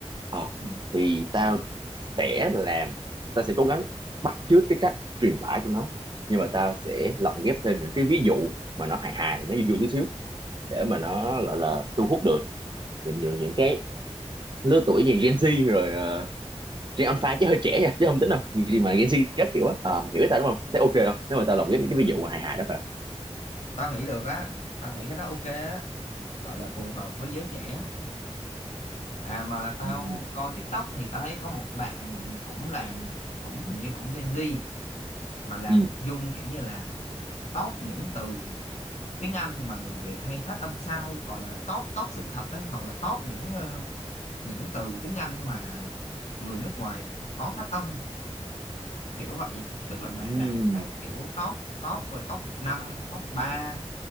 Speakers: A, on the right; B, on the left.
A: ờ
B: ừ.
A: thì tao sẽ làm tao sẽ cố gắng bắt chước cái cách truyền tải của nó nhưng mà tao sẽ lồng ghép thêm những cái ví dụ mà nó hài hài nó vui vui tí xíu để mà nó gọi là thu hút được những những, những cái lứa tuổi như Gen Z rồi uh, Gen Alpha chứ hơi trẻ nha chứ không tính đâu gì mà Gen Z các kiểu á Ờ, mày hiểu ý tao đúng không thế ok không nếu mà tao lồng ghép mấy cái ví dụ mà hài hài đó phải không
B: tao nghĩ được á tao nghĩ cái đó ok á gọi là phù hợp với giới trẻ À mà tao
A: ừ.
B: coi TikTok thì tao thấy có một bạn cũng làm cũng hình như cũng Gen Z mà làm
A: ừ.
B: nội dung kiểu như là top những từ tiếng Anh mà người Việt hay phát âm sai gọi là top top sự thật đấy hoặc là top những ờ, những từ tiếng Anh mà người nước ngoài khó phát âm kiểu vậy tức là bạn
A: Ừm.
B: làm cái kiểu top top và top năm top ba